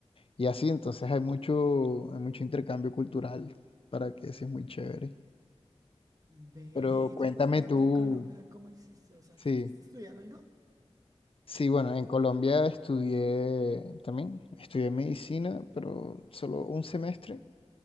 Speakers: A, on the left; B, on the right.
A: y así, entonces hay mucho, hay mucho intercambio cultural para que eso es muy chévere.
B: Ve,
A: Pero
B: ¿y
A: cuéntame
B: tú, tú acá
A: tú,
B: en Colombia cómo hiciste? O sea, ¿alcanzaste
A: sí.
B: a estudiar algo?
A: Sí, bueno, en Colombia estudié también, estudié medicina, pero solo un semestre